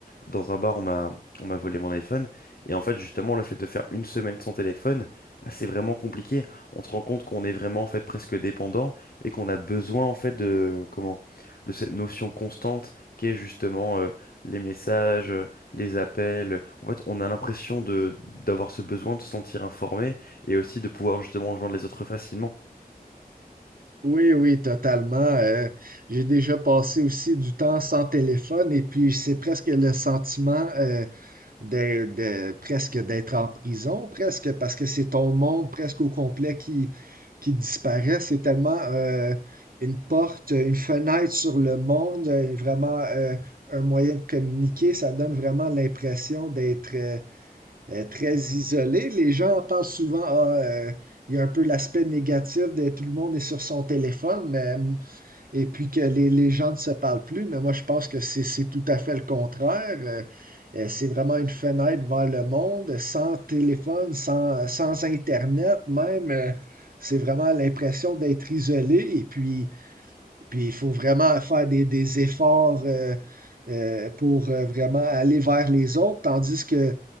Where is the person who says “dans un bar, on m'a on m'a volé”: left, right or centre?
Left